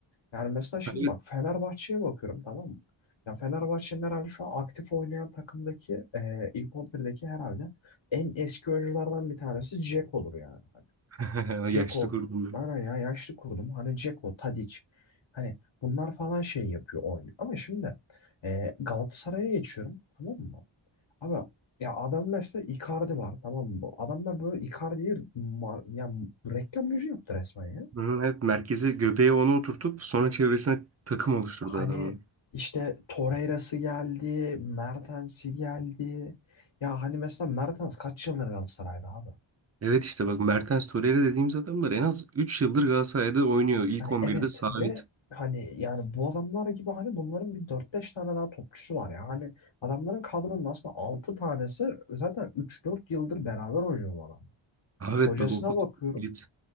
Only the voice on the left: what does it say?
Yani mesela şimdi
bak Fenerbahçe'ye bakıyorum tamam mı? Ya Fenerbahçe'nin herhalde şu an aktif oynayan takımdaki e, ilk on birdeki herhalde en eski oyunculardan bir tanesi Jack olur yani.
Dzeko
bana ya yaşlı kurdum. Hani Dzeko, Tadic. Hani bunlar falan şey yapıyor oynuyor. Ama şimdi e, Galatasaray'a geçiyorum. Tamam mı? Abi ya adam mesela Icardi var tamam mı? Adamlar böyle Icardi'yi mar- ya reklam yüzü yaptı resmen ya.
Hani
işte Torreira'sı geldi, Mertens'i geldi. Ya hani mesela Mertens kaç yıldır Galatasaray'da abi?
Hani
evet
ve hani yani bu adamlar gibi hani bunların bir dört beş tane daha topçusu var ya. Hani adamların kadronun aslında 6 tanesi zaten üç dört yıldır beraber oynuyor bu adamlar.
Hocasına
bakıyorum.